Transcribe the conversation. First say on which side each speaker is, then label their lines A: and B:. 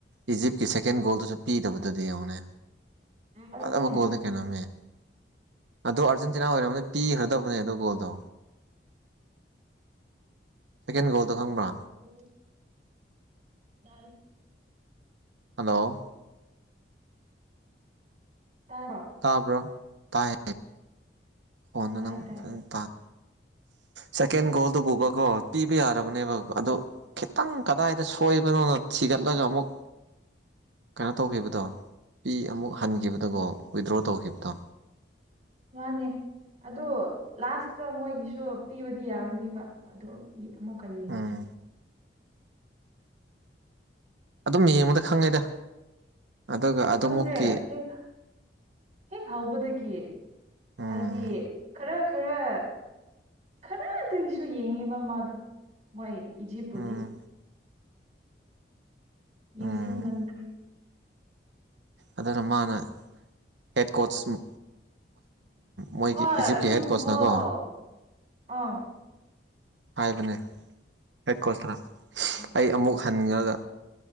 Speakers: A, on the right; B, on the right.
A: ꯏꯖꯤꯞꯀꯤ ꯁꯦꯀꯦꯟ ꯒꯣꯜꯗꯨꯁꯨ ꯄꯤꯗꯕꯗꯨꯅꯦ ꯌꯦꯡꯉꯨꯅꯦ
B: ꯑꯗꯨꯅꯦ
A: ꯑꯗ ꯃ ꯀꯣꯜꯗ ꯀꯅꯥ ꯃ <inaudible> ꯑꯗꯣ ꯑꯔꯖꯦꯟꯇꯤꯅꯥ ꯑꯣꯏꯔꯝꯃꯗꯤ ꯄꯤꯈ꯭ꯔꯗꯕꯅꯦ ꯑꯗꯣ ꯒꯣꯜꯗꯣ ꯁꯀꯦꯟ ꯒꯣꯜꯗꯣ ꯈꯪꯕ꯭ꯔꯥ
B: ꯎꯝ ꯂ
A: ꯍꯜꯂꯣ
B: ꯇꯥꯔꯛ
A: ꯇꯥꯕ꯭ꯔꯣ ꯇꯥꯏ ꯍꯣꯟꯅ
B: ꯇꯥꯏ
A: ꯅꯪ
B: ꯇꯥꯏ
A: ꯐꯖꯅ ꯇꯥꯅ ꯁꯦꯀꯦꯟ ꯒꯣꯜꯗꯨ ꯄꯨꯕꯀꯣ ꯄꯤꯕ ꯌꯥꯔꯕꯅꯦꯕ ꯑꯗꯣ ꯈꯤꯇꯪ ꯀꯗꯥꯏꯗ ꯁꯣꯏꯕꯅꯣꯅ ꯊꯤꯒꯠꯂꯒ ꯑꯃꯨꯛ ꯀꯩꯅꯣ ꯇꯧꯈꯤꯕꯗꯣ ꯄꯤ ꯑꯃꯨꯛ ꯍꯟꯈꯤꯕꯗꯨꯒꯣ ꯋꯤꯗ꯭ꯔꯣ ꯇꯧꯈꯤꯕꯗꯣ
B: ꯃꯥꯅꯦ ꯑꯗꯣ ꯂꯥꯁꯇ ꯃꯣꯏꯒꯤꯁꯨ ꯄꯤꯕꯗꯤ ꯌꯥꯕꯅꯦꯕ ꯑꯗꯣ ꯑꯃꯨꯛꯀ ꯌꯦꯡꯗ꯭ꯔꯦ
A: ꯎꯝ ꯑꯗꯨꯝ ꯌꯦꯡꯕꯗ ꯈꯪꯉꯦꯗ ꯑꯗꯨꯒ ꯑꯗꯨꯃꯛꯀꯤ
B: ꯈꯪꯗ꯭ꯔꯦ ꯍꯦꯛ ꯍꯦꯛ ꯍꯧꯕꯗꯒꯤ
A: ꯎꯝ
B: ꯍꯥꯏꯗꯤ ꯈꯔ ꯈꯔ ꯈꯔꯗꯒꯤꯁꯨ ꯌꯦꯡꯉꯦꯕ ꯃꯥꯗꯣ ꯃꯣꯏ ꯏꯖꯤꯞꯄꯨꯗꯤ
A: ꯎꯝ
B: ꯌꯦꯡꯁꯤꯟꯃꯟꯈ꯭ꯔꯦ
A: ꯎꯝ ꯑꯗꯨꯅ ꯃꯥꯅ ꯍꯦꯠ ꯀꯣꯆ ꯃꯣꯏꯒꯤ
B: ꯍꯣꯏ
A: ꯏꯖꯤꯞꯀꯤ
B: ꯑꯗꯨꯕꯨꯐꯥꯎ
A: ꯍꯦꯠ ꯀꯣꯁꯅ ꯀꯣ
B: ꯑꯥ
A: ꯍꯥꯏꯕꯅꯦ ꯍꯦꯛꯀꯣꯠꯇꯅ
B: ꯎꯝ ꯎꯝ
A: ꯑꯩ ꯑꯃꯨꯛ ꯍꯟꯈ꯭ꯔꯒ